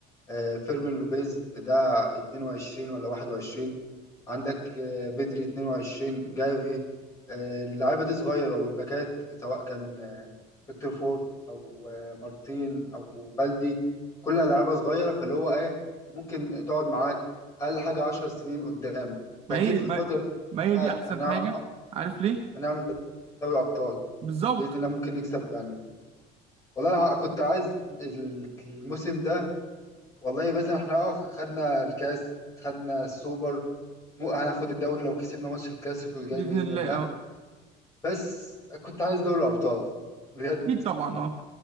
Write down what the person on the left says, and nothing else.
آه، فيرمين لوبيز ده 22 ولا 21 عندك آه، بدري 22 جافي آه، اللعيبه دي صغيره والباكات سواء كان آه، فيكتور فورت او آه، مارتين او بلدي كلها لعيبه صغيره فاللي هو ايه ممكن تقعد معاك اقل حاجه 10 سنين قدام
فاكيد
في
الفتره دي
آه،
هنع-
هنعمل دوري ابطال
باذن الله ممكن نكسب يعني والله انا كنت عايز الموسم ده والله مثلا احنا اه خدنا الكاس خدنا السوبر مو هناخد الدوري لو كسبنا ماتش الكلاسيكو الجاي
بإذن
الله
بس كنت عايز دوري الأبطال بجد